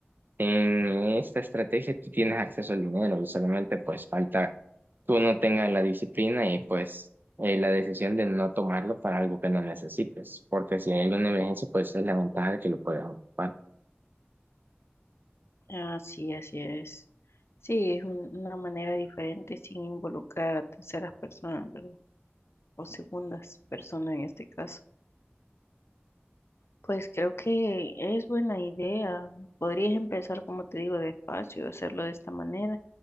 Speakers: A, on the right (about 50°); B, on the left (about 85°).
A: en esta estrategia tú tienes acceso al dinero, y solamente pues falta que uno tenga la disciplina y pues eh, la decisión de no tomarlo para algo que no necesites, porque si hay alguna emergencia pues es la ventaja de que lo puedes ocupar.
B: Así, así es. Sí, es un- una manera diferente sin involucrar a terceras personas, ¿verdad? O segundas personas en este caso. Pues creo que es buena idea. Podrías empezar, como te digo, despacio, hacerlo de esta manera,